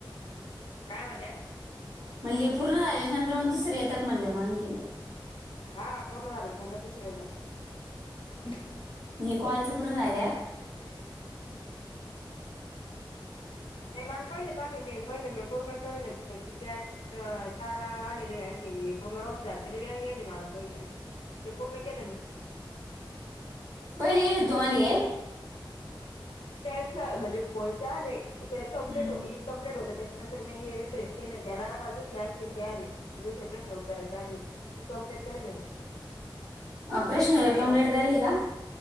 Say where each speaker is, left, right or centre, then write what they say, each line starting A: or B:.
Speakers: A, on the left; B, on the right.
A: काय म्हणल्या
B: म्हणली पूर्ण झाल्याच्या नंतर म दुसरे येतात मग म्हणल आणखीन.
A: हा पूर्ण झाल्यानंतर दुसरे येता ना.
B: हे कॉलच पूर्ण झाल्यावर.
A: नाही मला पहिलेच आलेले आहे. पहिले मी पूर्ण करेलहेत त्याचे टॅक्स. चार आलेले आहे. आणखी पूर्ण नव्हते झाले तरी बी येयेल आहे मला पहिले ते पूर्ण केल मी.
B: पहिले येयल होते तूम्हाले हे.
A: टॅक्स म्हणजे फोनचे आले. त्याच कंमप्लीट
B: अं,
A: इनकंम्प्लीट होत त्याच्यानंतर रिफ्रेश केले जला मला ते आले दुसरे आणखीन ते आले. दुसरे प्रश्न उत्तराचे आले होते. ते कंप्लीट करेल आहे मी.
B: प्रश्न कंप्लेट
A: मग
B: झायली का?